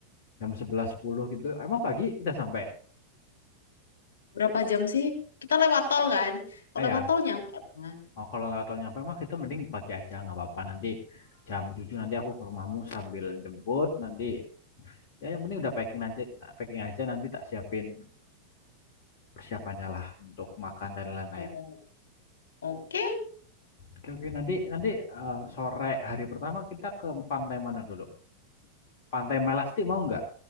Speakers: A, on the left; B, on the left.
A: jam 11.10 gitu. Emang pagi udah sampai?
B: Berapa jam sih? Kita lewat tol kan? Kalau
A: Eh ya,
B: lewat tol nyampe. lah.
A: oh, kalau lewat tol nyampe mah kita mending pagi aja nggak apa-apa nanti jam 7 nanti aku ke rumahmu sambil jemput nanti ya yang penting udah packing aja packing aja nanti tak siapin persiapannya lah untuk makan dan lain-lain.
B: Oh, Oke,
A: Oke oke nanti nanti eh, sore hari pertama kita ke Pantai mana dulu? Pantai Melasti mau nggak?